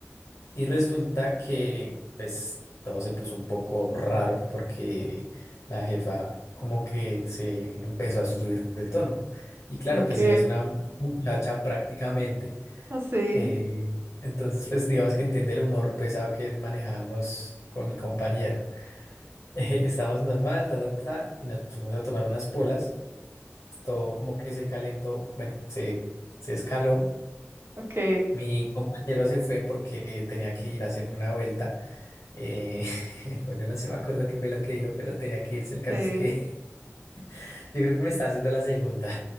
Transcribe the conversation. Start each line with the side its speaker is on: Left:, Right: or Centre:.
Left: y resulta que pues todo se puso un poco raro porque la jefa como que se empezó a subir de tono. Y claro,
Right: Ok,
Left: pues ella es una muchacha prácticamente.
Right: así,
Left: Eh, entonces, pues digamos que entiende el humor pesado que manejábamos con mi compañero. <laughs> Eh, estábamos normal, ta, ta, ta, y nos fuimos a tomar unas polas. Todo como que se calentó, bueno, se, se escaló.
Right: ok,
Left: Mi compañero se fue porque tenía que ir a hacer una vuelta. Eh, <laughs> bueno, no sé, me acuerdo qué fue lo que dijo, pero tenía que irse. El caso
Right: sí.
Left: es que <laughs> yo creo que me estaba haciendo la segunda.